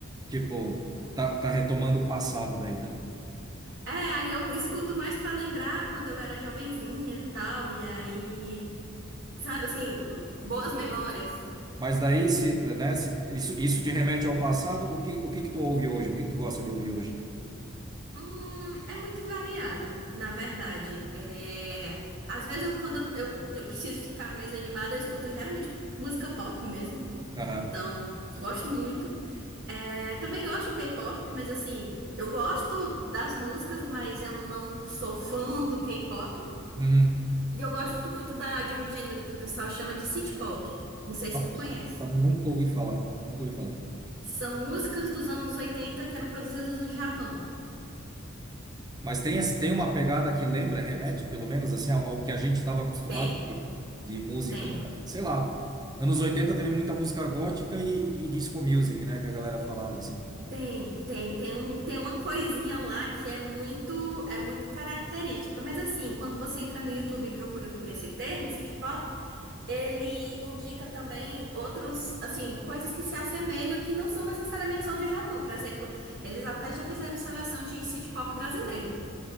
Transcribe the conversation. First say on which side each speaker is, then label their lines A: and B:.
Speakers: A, on the right; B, on the right.
A: tipo, tá, tá retomando o passado daí, né?
B: É, aí eu escuto mais pra lembrar quando eu era jovenzinha e tal, e aí, sabe, assim, boas memórias.
A: Mas daí, se, né, se isso, isso te remete ao passado, o que, o que que tu ouve hoje? O que que tu gosta de ouvir hoje?
B: Hum, é muito variado, na verdade. É, às vezes eu, quando eu, eu preciso ficar mais animada, eu escuto geralmente música pop mesmo,
A: Aham.
B: então gosto muito. É, também gosto de K-pop, mas assim, eu gosto das músicas, mas eu não sou fã do K-pop.
A: Uhum.
B: E eu gosto muito da, de um gênero que o pessoal chama de city pop. Não sei se
A: Nossa,
B: tu conhece.
A: nunca ouvi falar, nunca ouvi falar.
B: São músicas dos anos 80 que eram produzidas no Japão.
A: Mas tem, esse- tem uma pegada que lembra, remete, pelo menos, assim, ao, ao que a gente estava acostumado
B: Tem,
A: de, de música,
B: tem,
A: sei lá. Anos 80 teve muita música gótica e, e disco music, né, que a galera falava, assim.
B: tem, tem, tem um, tem uma coisinha lá que é muito, é muito característica. Mas assim, quando você entra no YouTube e procura por esse termo, city pop, Ele indica também outros, assim, coisas que se assemelham que não são necessariamente só do Japão. Por exemplo, eles até já fizeram seleção de city pop brasileiro.